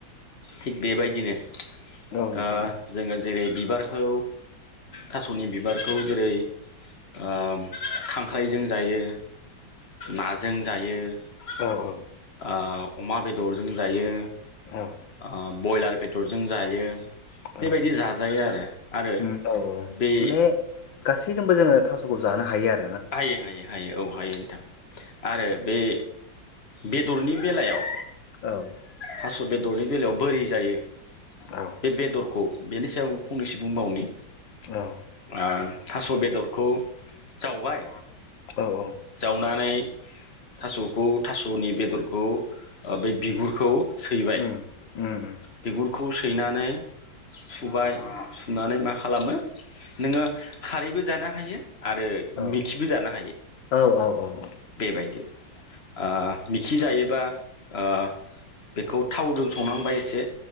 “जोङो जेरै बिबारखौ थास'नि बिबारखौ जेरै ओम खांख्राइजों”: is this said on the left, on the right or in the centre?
Left